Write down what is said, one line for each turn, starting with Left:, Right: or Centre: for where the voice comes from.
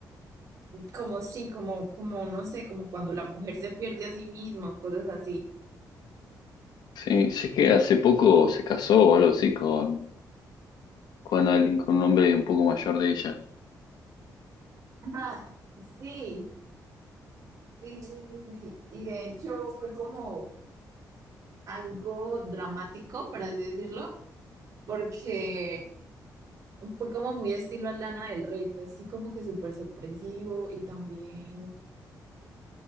Right: como sí, como, como no sé, como cuando la mujer se pierde a sí misma o cosas así.
Left: Sí, sé que hace poco se casó o algo así con, con alguien, con un hombre un poco mayor de ella.
Right: Ah, sí, sí, sí, sí, sí. Y de hecho fue como algo dramático, por así decirlo, porque fue como muy estilo Lana del Rey, fue así como que súper sorpresivo y también